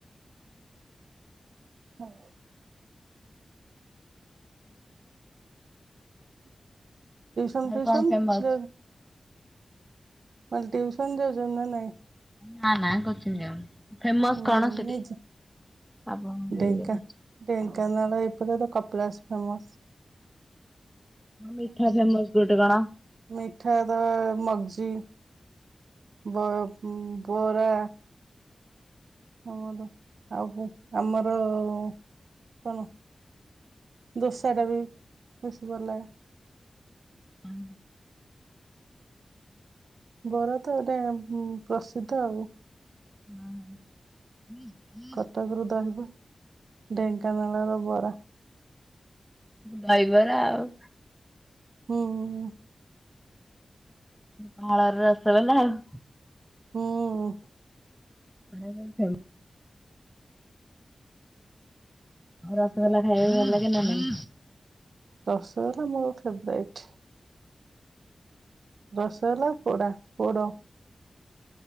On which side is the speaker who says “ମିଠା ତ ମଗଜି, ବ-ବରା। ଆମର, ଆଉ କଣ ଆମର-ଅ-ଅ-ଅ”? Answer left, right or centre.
Right